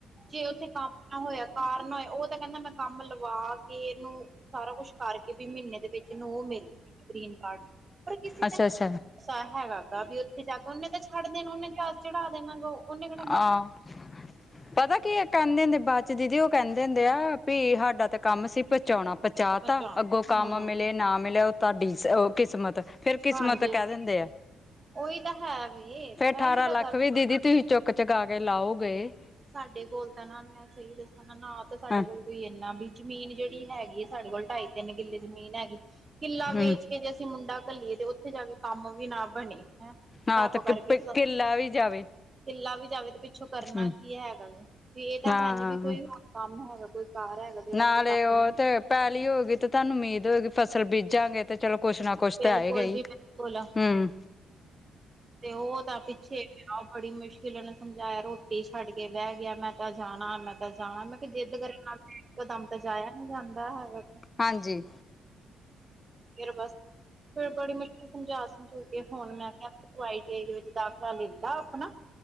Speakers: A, on the right; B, on the left.
A: ਜੇ ਉੱਥੇ ਕੰਮ ਨਾ ਹੋਇਆ ਕਾਰ ਨਾ ਹੋਇਆ ਉਹ ਤਾਂ ਕਹਿੰਦਾ ਮੈਂ ਕੰਮ ਲਵਾ ਕੇ ਇਹਨੂੰ ਸਾਰਾ ਕੁਛ ਕਰਕੇ ਵੀ ਮਹੀਨੇ ਦੇ ਵਿੱਚਨ ਉਹ ਮਿਲ ਜਾ ਗ੍ਰੀਨ ਕਾਰਡ ਪਰ ਕਿਸੇ
B: ਅੱਛਾ
A: ਦਾਾ
B: ਅੱਛਾ
A: ਹੈਗਾ ਗਾ ਵੀ ਉੱਥੇ ਜਾ ਕੇਓਨੇ ਤਾਂ ਛੱਡ ਦੇਣਾ ਓਨੇ ਜਾ ਚੜ੍ਹਾ ਦੇਣਾ ਗ ਉਹ ਉਹਨੇ ਕਿਹੜ
B: ਆਹ ਪਤਾ ਕੀ ਆ ਕਹਿੰਦੇ ਹੁੰਦੇ ਬਾਅਦ ਦੀਦੀ ਉਹ ਕਹਿੰਦੇ ਹੁੰਦੇ ਆ ਵੀ ਸਾਡਾ ਤੇ ਕੰਮ ਸੀ ਪਹੁੰਚਾਉਣਾ ਪਹੁੰਚਾ
A: ਬਚਾ
B: ਤਾ ਅੱਗੋਂ
A: ਹੂੰ
B: ਕੰਮ ਮਿਲੇ ਨਾ ਮਿਲੇ ਤੁਹਾਡੀ ਉਹ ਕਿਸਮਤ ਫੇਿਰ ਕਿਸਮਤ
A: ਹਾਂਜੀ
B: ਕਹਿ ਦਿੰਦੇ ਆ
A: ਉਹੀ ਤਾਂ ਹੈ ਵ ਇਹੀ
B: ਫੇਰ ਅਠਾਰਾਂ
A: ਤਾਂ
B: ਲੱਖ
A: ਗੱਲ
B: ਵੀ ਦੀਦੀ ਤੁਸੀਂ ਚੁੱਕ ਚੁਕਾ ਕੇ ਲਾਓਗੇ
A: ਸਾਡੇ ਕੋਲ ਤਾਂ ਨਾ ਮੈਂ ਸਹੀ ਦੱਸਾਂ ਨਾ ਨਾ ਤਾਂ ਸਾਡੇ
B: ਹਾਂ
A: ਕੋਲ ਕੋਈ ਇਨਾ ਵੀ ਜ਼ਮੀਨ ਜਿਹੜੀ ਹੈਗੀ ਸਾਡੇ ਕੋਲ ਢਾਈ ਤਿੰਨ ਕਿੱਲੇ ਜ਼ਮੀਨ ਹੈਗੀ ਕਿੱਲਾ
B: ਹੂੰ
A: ਵੇਚ ਜੇ ਅਸੀਂ ਮੁੰਡਾ ਘੱਲੀਏ ਤੇ ਉੱਥੇ ਜਾ ਕੇ ਕੰਮ ਵੀ ਨਾ ਬਣੇ ਹੈਂ
B: ਹਾਂ
A: ਰੱਬ
B: ਤੇ
A: ਕਰਕੇ ਫ
B: ਕਿੱਲਾ ਵੀ ਜਾਵੇ
A: ਕਿੱਲਾ ਵੀ ਜਾਵੇ ਤੇ ਪਿੱਛੋਂ ਕਰਨਾ
B: ਹੂੰ
A: ਕੀ ਹੈਗਾ ਵੀ ਇਹ ਤਾਂ
B: ਹਾਂ
A: ਹੈ ਨੀ ਵੀ ਕੋਈ ਹੋਰ ਕੰਮ ਹੈਗਾ ਕੋਈ ਕਾਰ ਹੈਗਾ ਜਿਹੜਾ
B: ਨਾਲੇ
A: ਅਸੀਂ ਕਰ
B: ਉਹ ਤੇ ਪੈਲੀ ਹੋਗੀਈ ਤੇ ਤੁਹਾਨੂੰ ਉਮੀਦ ਹੋਏਗੀ ਫਸਲ ਬੀਜਾਂਗੇ ਤੇ ਚਲੋ ਕੁਛ ਨਾ ਕੁਛ
A: ਬਿਲਕੁਲ
B: ਤੇ ਆਏਗਾ ਹੀ
A: ਜੀ ਬਿਲਕੁਲ
B: ਹਮ
A: ਤੇ ਉਹ ਤਾਂ ਪਿੱਛੇ ਉਹ ਬੜੀ ਮੁਸ਼ਕਿਲ ਨੇ ਸਮਝਾਇਆ ਰੋਟੀ ਛੱਡ ਕੇ ਬਹਿ ਗਿਆ ਮੈਂ ਤਾਂ ਜਾਣਾ ਮੈਂ ਤਾਂ ਜਾਣਾ ਮੈਂ ਜਿੱਦ ਕਰਨ ਨਾਲ ਇੱਕ ਦਮ ਤੇ ਜਾਇਆ ਨ ਜਾਂਦਾ ਹੈਗਾ
B: ਹਾਂਜੀ
A: ਫਿਰ ਬਸ ਫਿਰ ਬੜੀ ਮੁਸ਼ਕਿਲ ਸਮਝਾ ਸਮਝੂ ਕੇ ਹੋੁਣ ਮੈਂ ਕਿਹਾ ਤ ਆਈ ਟੀ ਆਈ ਦੇ ਵਿੱਚ ਦਾਖਲਾ ਲੈ ਲ ਆਪਣਾ